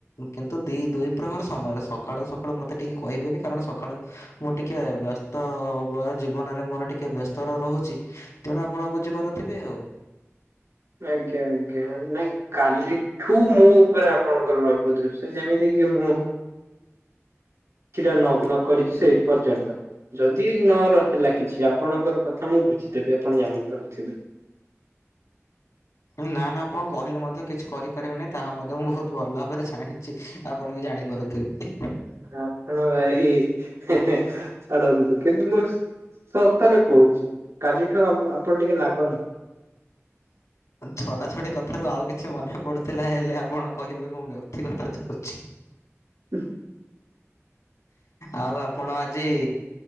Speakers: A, on the left; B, on the right.
A: କିନ୍ତୁ ଦି ଦୁଇ ପ୍ରହର ସମୟରେ ସକାଳ ସକାଳୁ ମୋତେ ଟିକେ କହିବେନି କାରଣ ସକାଳୁ ମୁଁ ଟିକେ ବ୍ୟସ୍ତ ବୟ ଜୀବନରେ ମୋର ଟିକେ ବ୍ୟସ୍ତ ରହୁଛି। ତେଣୁ ଆପଣ ବୁଝିପାରୁଥିବେ ଆଉ।
B: ଆଜ୍ଞା ଆଜ୍ଞା। ନାଇଁ କାଲିଠୁ ମୋ ଉପରେ ଆପଣଙ୍କର ରହିବ ଦୃଶ୍ୟ ଯେମିତି କିି ମୁଁ କିଛି ଟା ନଗନ୍ କରିଛି ସେଇ ପର୍ଯ୍ୟନ୍ତ। ଯଦି ନ ରହଲା କିଛି ଆପଣଙ୍କର କଥା ମୁଁ ବୁଝିଦେବି ଆପଣ ଜାଣିପାରୁଥିବେ
A: ନା ନା ଆପଣ କହିଲେ ମଧ୍ୟ କିଛି କରିପାରିବେନି ତାହା ମଧ୍ୟ ମୁଁ ବହୁତ ଭଲ ଭାବରେ ଜାଣିଛି ଆପଣ ବି ଜାଣିପାରୁ <inaudible>
B: ଆପଣ ଏ ଛାଡ଼ନ୍ତୁ କିନ୍ତୁ ମୁଁ ସତରେ କହୁଛି କାଲିଠୁ ଆପଣ ଟିକେ ଲାଗନି
A: ଛଡା ଛଡି କଥାରୁ ଆଉ କିଛି ମନେ ପଡୁଥିଲା ହେଲେ ଆପଣ କହିବେ ମୁଁ ବ୍ୟକ୍ତିଗତ ଯାଉଛି।
B: ହୁଁ।
A: ଆଉ ଆପଣ ଆଜି